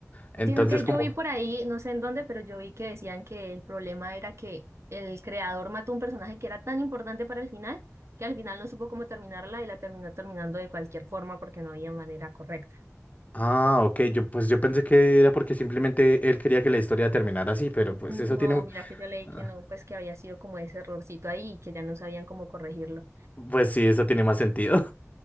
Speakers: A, on the left; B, on the right.
A: Entonces
B: Sino que
A: como,
B: yo vi por ahí, no sé en dónde, pero yo vi que decían que el problema era que el creador mató un personaje que era tan importante para el final, que al final no supo cómo terminarla y la terminó terminando de cualquier forma porque no había manera correcta.
A: ah, ok, yo pues yo pensé que era porque simplemente él quería que la historia terminara así, pero pues
B: No,
A: eso tiene,
B: mira que yo leí
A: ah,
B: que no, pues que había sido como ese errorcito ahí y que ya no sabían cómo corregirlo.
A: pues sí, eso tiene más sentido.